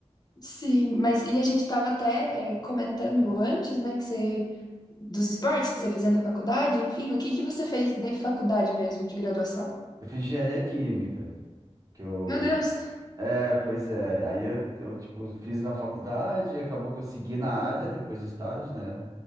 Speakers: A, on the left; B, on the right.
A: Sim, mas e a gente estava até eh, comentando antes, né, que você dos esportes que você fazia na faculdade, enfim, o que que você fez de faculdade mesmo, de graduação?
B: Eu fiz engenharia química, que eu.
A: Meu Deus.
B: É, pois é. Aí eu, eu tipo, fiz na faculdade, e acabou que eu segui na área depois do estágio, né?